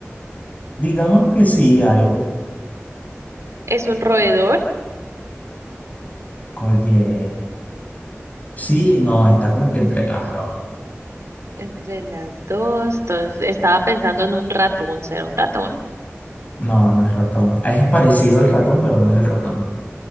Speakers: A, on the left; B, on the right.
A: Digamos que sí, algo.
B: Es un roedor.
A: Oye, sí, no, está como que entre las dos.
B: Entre las dos. Entonces, estaba pensando en un ratón. ¿Será un ratón?
A: No, no es ratón. Es parecido al ratón, pero no es el ratón.